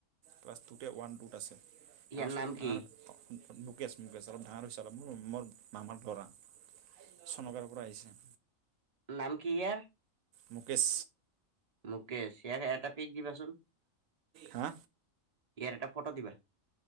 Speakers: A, on the right; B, on the right.
A: ক্লাছ টুতে ওৱান টুত আছিল। <unintelligible>
B: ইয়াৰ নাম কি
A: মুকেশ মুকেশ অলপ ডাঙৰ হৈছে। অলপ মোৰ মৰ মামাৰ ডাঙৰ ল'ৰা। চনকাৰৰ পৰা আহিছে।
B: নাম কি ইয়াৰ?
A: মুকেশ।
B: মুকেশ চিয়াৰ হে এটা পিক দিবাচোন।
A: হা?
B: ইয়াৰ এটা ফটো দিবা।